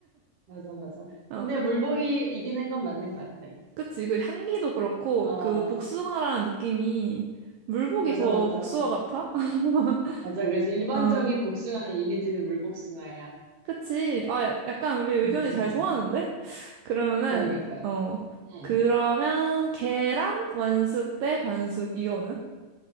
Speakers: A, on the right; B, on the right.
A: 맞아, 맞아.
B: 어,
A: 근데 물복이 이기는 건 맞는 것 같아.
B: 그치. 그 향기도 그렇고,
A: 어,
B: 그 복숭아라는 느낌이 물복이
A: 맞아,
B: 더
A: 맞아.
B: 복숭아 같아? <laughs>
A: 맞아. 그래서 일반적인
B: 어,
A: 복숭아의 이미지는 물복숭아야.
B: 그치. 아, 야- 약간 우리 의견이
A: 음, 음,
B: 잘
A: 음.
B: 통하는데? 그러면은,
A: 그러니까.
B: 어,
A: 응.
B: 그러면 계란 완숙 대 반숙 이거는?